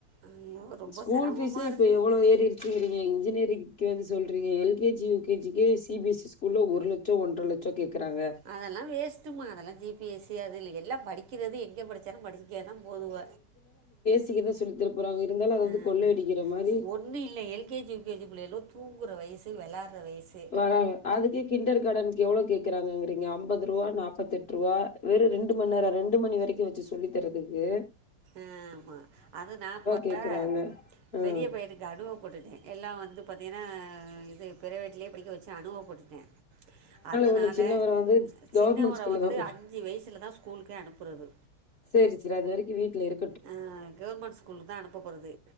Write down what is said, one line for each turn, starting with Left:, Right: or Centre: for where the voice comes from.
Right: ஐயோ ரொம்ப
Left: ஸ்கூல்
Right: சிரமமாக
Left: ஃபீஸு இப்ப
Right: இருக்குது
Left: எவ்ளோ ஏறிர் சேரிங்க இன்ஜினியரிங் கே வந்து சொல்றிங்க L KG U KG K C B எஸி ஸ்கூல ஒரு லச் சோ ஒன்ற லட்சோ கேக்கறாங்க
Right: அதெல்லா வேஸ்ட்டுமா அதெல்லா ஜி பி எஸ் சி அது இல்ல எல்லா படிக்கிறது எங்க படிச்சாலு படிச்சி க்க தா போதுவ
Left: சிக்கத சொல்லி தர போறாங்க இருந்தாலு அது வந்து
Right: அ
Left: கொள்ளை அடிக்கிற மாரி
Right: ஒன்னு இல்ல L K G U K G பிள்ளைகலு தூங்குற வயசு வெளாட்ற வயஸ்
Left: வராங்க அதுக்கு கிண்டர் கார்டனுக்கு எவ்ளோ கேக்கறாங்கங்கறீங்க அம்பது ரூவா நாப்பத்தெட் ரூவா வெறு ரெண்டு மண் நேரோ ரெண்டு மணி வரிக்கு வச்சு சொல்லி தரதுக்கு
Right: ஆமா அது நா போற
Left: கேட்கறாங்க. ம்.
Right: பெரிய பையனுக் இது அனுபவ பட்டுட்டே எல்லா வந்து பாத்தீங்கனா இது பிரவேட்லே படிக்க வச்சு அனுபவ பட்டுட்டே அதனால
Left: ஒண்ணு சின்னவர வந்து கவர்மெண்ட்
Right: சின்னவர
Left: ஸ்கூல்ல
Right: வந்து
Left: தான் போடு
Right: அஞ்சு வயசுல தா ஸ்கூலுக்கே அனுப்புறது
Left: செரி செரி அது வரைக்கு வீட்ல இரு
Right: அ கவர்மெண்ட் ஸ்கூலுக் தா அனுப்ப போறது